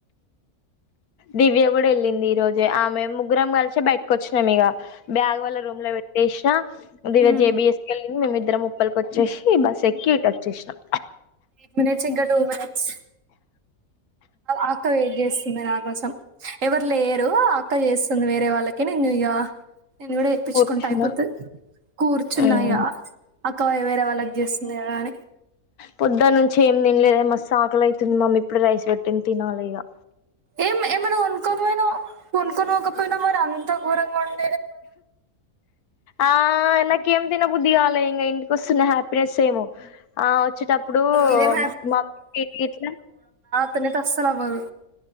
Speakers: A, on the left; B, on the right.
A: దివ్య కూడా వెళ్ళింది ఈ రోజు ఆమె ముగ్గురం కలిసి బయటకొచ్చినాం ఇగ బ్యాగ్ వళ్ల రూమ్ లో పెట్టేసినా
B: ఉమ్
A: జేబిఎస్కె మేమిద్దరం వుప్పలకి వచ్చేసి బస్ ఎక్కి ఇ వచ్చేసినాం
B: ఎయిట్ మినిట్స్ ఇంకా టూ మినిట్స్ ఆక్క వెయిట్ చేస్తుంది ఆ కోసం ఎవరు లేరు అక్క చేస్తుంది వేరే వాళ్ళకి నేను చేయ నేను కూడా ఏప్పించుకుంటా
A: కూర్చున్నా
B: అయిపోతాది కూర్చున్నా
A: ఉమ్
B: ఇగ అక్క వేరే వాళ్ళకి చేస్త ఉంది కదా అనీ
A: పొద్దున్న నుంచి ఏం తినలేద మస్తు ఆకలి అవుతుంది మమ్మీ ఇప్పుడు రైస్ పెట్టింది తినాలి ఇక
B: ఏం ఏమైనా కొనుక్కొని పోయినా కొనుక్కనికపోయినా మరి అంత ఘరంగా ఉ
A: ఆ నాకేం తినబుది గాల ఇంకా ఇంటిక వస్తున్న హ్యాపీనెస్ ఏమో ఆ వచ్చేటప్పుడు
B: ఇదేం
A: మామ ఇట్లా
B: తనకి అసలు అవ్వదు